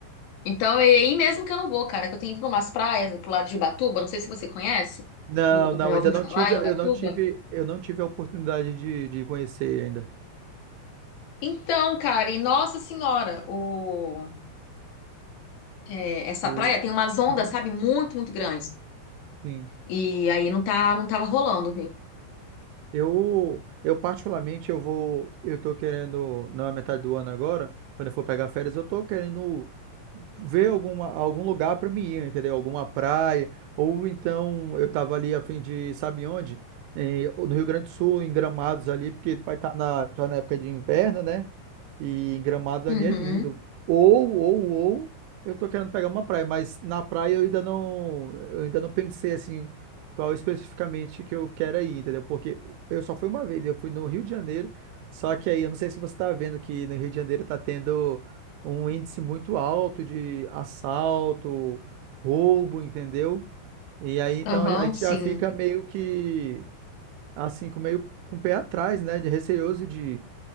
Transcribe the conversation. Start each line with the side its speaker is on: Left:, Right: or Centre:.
Left: Então, é aí mesmo que eu não vou, cara, que eu tenho ido umas praias pro lado de Ubatuba, não sei se você conhece,
Right: Não,
Left: o,
Right: não,
Left: o- já
Right: ainda
Left: ouviu
Right: não
Left: falar
Right: tive,
Left: em
Right: eu
Left: Ubatuba?
Right: não tive, eu não tive a oportunidade de, de conhecer ainda.
Left: Então, cara, e Nossa Senhora, o, é, essa
Right: O,
Left: praia tem umas ondas,
Right: Uhum.
Left: sabe, muito, muito grandes.
Right: sim.
Left: E aí não tá, não tava rolando, viu?
Right: Eu, eu particularmente, eu vou, eu tô querendo, na metade do ano agora, quando eu for pegar férias, eu tô querendo ver alguma, algum lugar para mim ir, entendeu? Alguma praia, ou então eu tava ali a fim de, sabe onde? Eh, no Rio Grande do Sul, em Gramados ali, porque vai estar na, tá na época de inverno, né? E em Gramados
Left: Uhum,
Right: ali é lindo. Ou, ou, ou, eu tô querendo pegar uma praia, mas na praia eu ainda não, eu ainda não pensei assim qual especificamente que eu quero ir, entendeu? Porque eu só fui uma vez, eu fui no Rio de Janeiro, só que aí eu não sei se você está vendo que no Rio de Janeiro está tendo um índice muito alto de assalto, roubo, entendeu? E aí então
Left: aham,
Right: a gente
Left: sim.
Right: já fica meio que assim, com meio com o pé atrás, né, de receoso de